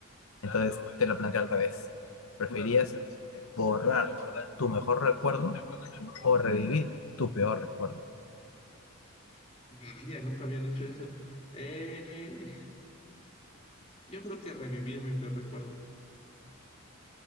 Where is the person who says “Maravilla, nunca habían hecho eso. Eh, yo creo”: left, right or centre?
Left